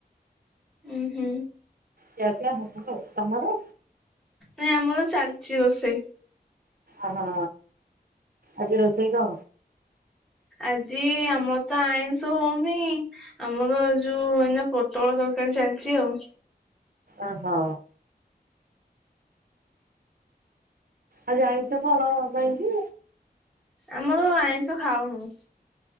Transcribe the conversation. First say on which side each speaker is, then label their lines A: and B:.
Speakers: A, in the centre; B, on the right (about 60°).
A: ହୁଁ ହୁଁ
B: କେ କ ହବ ତମର
A: ନାଇଁ ଆମଳ ଚାଲଛି ତସଇ
B: ଅ ହୋ ଆଜି ରୋଷେଇ କ
A: ଆଜି ଆମର ତ ଆଇନଷ ହଉନି ଆମର ଯୋଉ ଏଇନା ପୋଟଳ ତରକାରୀ ଚାଲିଛି ଆଉ
B: ଓ ହୋ ଆଉ ଯାାଇଛ କଣ କାହିଁକି
A: ଆମର ଆଇଁଷ ଖାଉନୁ